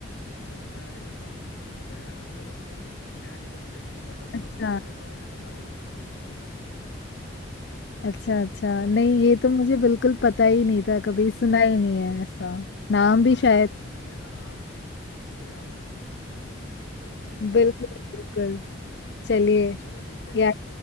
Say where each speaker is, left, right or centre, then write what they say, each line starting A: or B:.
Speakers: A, on the left; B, on the left.
A: चलो मैं दे देता हूँ दयानंद सरस्वती खैर ये तो मुझे भी नहीं पता था
B: अच्छा
A: तो मुझे गूगल बाबा ने बता दिया तो मैंने पूछ लिया
B: अच्छा अच्छा नहीं ये तो मुझे बिल्कुल पता ही नहीं था कभी सुना ही नहीं है ऐसा नाम
A: चलो
B: भी
A: आज
B: शायद
A: आपने सुन लिया ना आप इसको याद रखना काम आएगा
B: बिल्कुल बिल्कुल चलिए
A: चलो ठीक है
B: यार
A: फिर